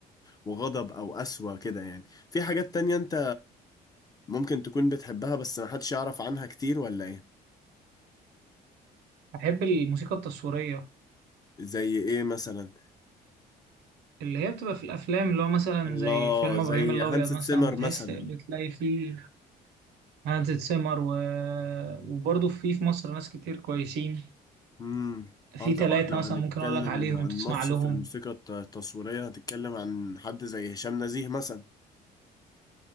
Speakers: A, on the left; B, on the right.
A: وغضب أو قسوة كده يعني في حاجات تانية أنت ممكن تكون بتحبها بس محدش يعرف عنها كتير ولا إيه؟
B: بحب الموسيقى التصويريه
A: زي ايه مثلا
B: اللي هي بتبقى في الافلام اللي هو مثلا
A: الله
B: زي فيلم
A: زي
B: ابراهيم الابيض
A: هانس
B: مثلا
A: سيمر
B: بتحس
A: مثلا
B: بتلاقي فيه هانز سيمر و... وبرضه في في مصر ناس كتير كويسين
A: امم
B: في
A: اه طبعا
B: ثلاثة
A: لو
B: مثلا
A: هنتكلم
B: ممكن أقول لك عليهم
A: عن
B: تسمع
A: مصر
B: لهم
A: في الموسيقى الت- التصويرية هتتكلم عن حد زي هشام نزيه مثلا